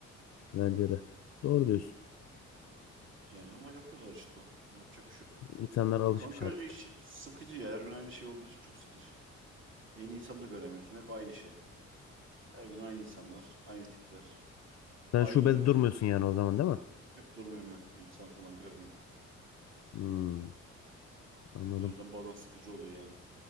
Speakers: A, on the left; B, on the right.
A: Bence de. Doğru diyorsun.
B: Yani ama yapıyorlar işte. Yapacak bir şey yok.
A: İnsanlar alışmış
B: Ya bankacı
A: artık.
B: işi sıkıcı ya. Her gün aynı şey olduğu için çok sıkıcı. Yeni insan da göremiyorsun. Hep aynı şey. Her gün aynı insanlar, aynı tipler,
A: Sen
B: aynı
A: şubede
B: yol.
A: durmuyorsun yani o zaman değil mi?
B: Yok durmuyorum yok insan falan görmüyorum.
A: Hmm, anladım.
B: O yüzden bazen sıkıcı oluyor yani.